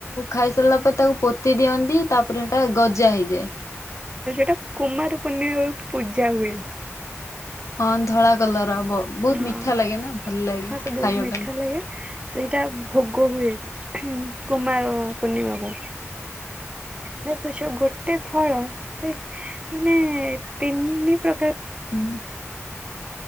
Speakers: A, on the left; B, on the right.
A: ଖାଇ ସାରିଲା ପରେ ତାକୁ ପୋତି ଦିଅନ୍ତି ତାପରେ ସେଟା ଗଜା ହେଇଯାଏ।
B: ଟା କୁମାର ପୂର୍ଣ୍ଣିମା ବେଳକୁ ପୂଜା ହୁଏ।
A: ହଁ ଧଳା କଲର ବହୁତ ମିଠା
B: ହଁ
A: ଲାଗେ ନା ଭଲ ଲାଗେ
B: ହଁ ତ ବହୁତ
A: ଖାଇବା
B: ମିଠା
A: ପାଇଁ।
B: ଲାଗେ ସେଇଟା ଭୋଗ ହୁଏ କୁମାର ପୂର୍ଣ୍ଣିମାକୁ ଦେଖୁଛ ଗୋଟେ ଫଳ ସେ ମାନେ ତିନି ପ୍ରକାର
A: ହୁଁ।